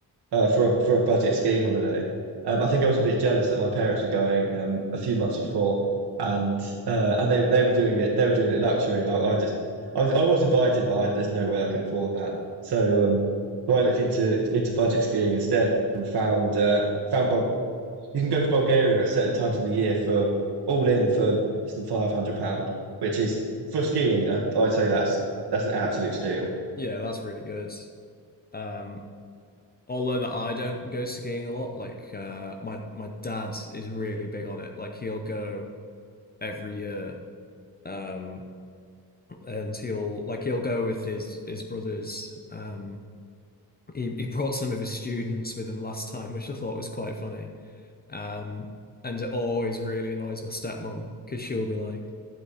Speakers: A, on the right; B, on the left.
A: uh, for a for a budget ski holiday. Um, I think I was a bit jealous that my parents were going um, a few months before, and uh, and they they were doing it they were doing it luxury, and I, I just I, I was invited, but I, there's no way I can afford that. So um, so I looked into into budget skiing instead and found uh, found Bul you can go to Bulgaria at certain times in the year for all in for less than five hundred pound, which is for skiing. I, I'd say that's that's an absolute steal.
B: Yeah, that's really good. Um, although that I don't go skiing a lot, like uh, my my dad is really big on it. Like he'll go every year, um, and he'll like he'll go with his his brothers. Um, he he brought some of his students with him last time, which I thought was quite funny. Um, and it always really annoys my stepmom because she'll be like,